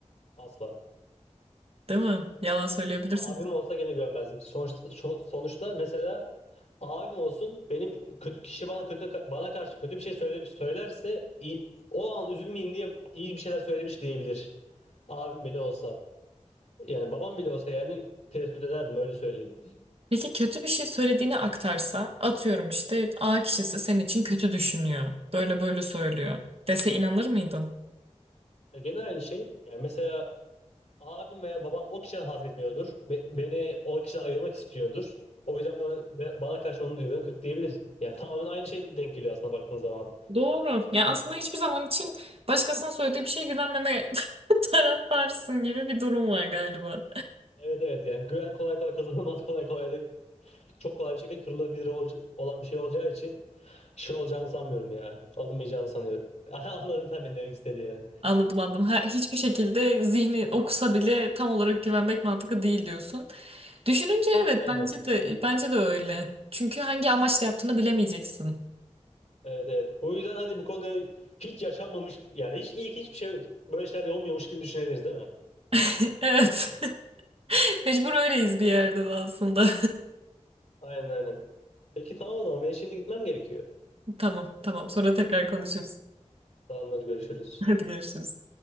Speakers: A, on the left; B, on the right.
A: Asla.
B: Değil mi? Yalan söyleyebilirsin.
A: Abim olsa gene gömmezdim. Sonuçta, şo- sonuçta mesela abim olsun benim kötü kişi bana kötü bana karşı kötü bir şey söyle, söylerse iyi- o an üzülmeyeyim diye iyi bir şeyler söylemiş diyebilir. Abim bile olsa. Yani babam bile olsa yani tereddüt ederdim öyle söyleyeyim.
B: Peki kötü bir şey söylediğini aktarsa, atıyorum işte A kişisi senin için kötü düşünüyor. Böyle böyle söylüyor. Dese inanır mıydın?
A: E, Gene aynı şey. Yani mesela abim veya babam o kişiden haz etmiyordur. Be- beni o kişiden ayırmak istiyordur. O yüzden bana bana karşı onun duygularını kötü diyebilir. Yani tamamen aynı şeyde denk geliyor aslında baktığın zaman.
B: Doğru. Ya aslında hiçbir zaman için başkasına söylediği bir şeye güvenmeme <laughs> taraftarısın gibi bir durum var galiba.
A: Evet evet yani güven kolay kolay kazanılmaz kolay kolay da çok kolay bir şekilde kırılabilir ol- olan bir şey olacağı için şey olacağını sanmıyorum ya. Alınmayacağını sanıyorum. <laughs> Anladın sen benim demek istediğimi.
B: Anladım anladım. Ha, hiçbir şekilde zihni okusa bile tam olarak güvenmek mantıklı değil diyorsun. Düşününce
A: Aynen
B: evet
A: aynen.
B: bence de bence de öyle. Çünkü hangi amaçla yaptığını bilemeyeceksin.
A: Evet evet. Bu yüzden hadi bu konuyu hiç yaşanmamış yani hiç ilk hiçbir şey böyle şeyler olmuyormuş gibi düşünebiliriz değil mi?
B: <laughs> Evet. <laughs> Mecbur öyleyiz bir yerde de aslında.
A: Aynen aynen. Peki tamam o zaman ben şimdi gitmem gerekiyor.
B: <laughs> Tamam tamam sonra tekrar konuşuruz.
A: Tamamdır görüşürüz.
B: Hadi görüşürüz.